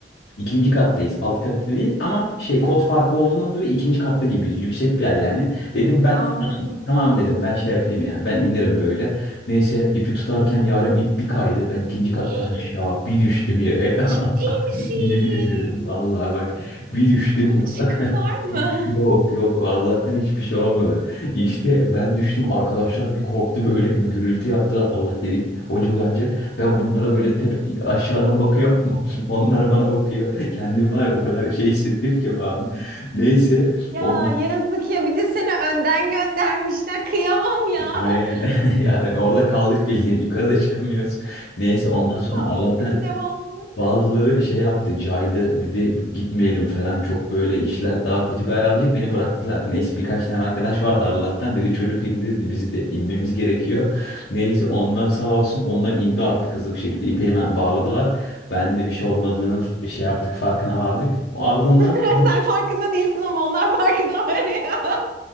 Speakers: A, on the left; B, on the right.
A: İkinci kattayız. Alt katta değil ama şey kod farkı olduğundan dolayı ikinci katta gibiyiz. Yüksek bir yer yani. Dedim ben
B: Anladım.
A: tamam dedim ben şey yapayım ya. Ben inerim böyle. Neyse ipi tutarken yaren ip bir kaydı. Ben ikinci kattan
B: <gasps> Hii,
A: aşağı bir düştüm yere. <laughs>
B: Ciddi misin?
A: Yemin ederim vallahi bak bir düştüm
B: Kırık çıkık
A: <laughs>
B: var mı?
A: yok yok Allah'tan hiçbir şey olmadı. İşte ben düştüm arkadaşlar bir korktu böyle bir gürültü yaptılar Allah dedik hoca uyanacak. Ben bunlara böyle tepe, aşağıdan bakıyorum <laughs> onlar bana bakıyor. Kendimi var ya o kadar şey hissettim ki o an. Neyse
B: Ya
A: on,
B: yazık ya bir de seni önden göndermişler. Kıyamam ya. <laughs>
A: aynen <laughs> yani orada kaldık bildiğin yukarıda çıkamıyoruz. Neyse ondan
B: nasıl
A: sonra Allah'tan
B: oldu peki devamlı?
A: Bazıları şey yaptı, caydı dedi gitmeyelim falan çok böyle işler daha kötü bir hal alacak beni bıraktılar. Neyse birkaç tane arkadaş vardı Arlat'tan dedi çocuk indi dedi bizi de inmemiz gerekiyor. <laughs> Neyse onlar sağ olsun onlar indi artık hızlı bir şekilde ipe hemen bağladılar. Bende de bir şey olmadığını f- şey yaptık farkına vardık. Ardından
B: <laughs>
A: <laughs>
B: Sen farkında değilsin ama onlar farkında var ya.